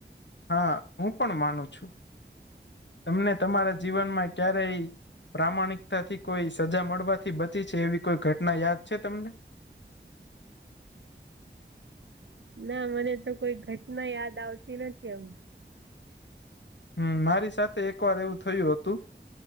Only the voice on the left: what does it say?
હા હું પણ માનું છું તમને તમારા જીવનમાં ક્યારેય પ્રામાણિકતા થી કોઈ સજા મળવાથી બચી છે એવી કોઈ ઘટના યાદ છે તમને?
હમ મારી સાથે એક વાર એવું થયું હતું.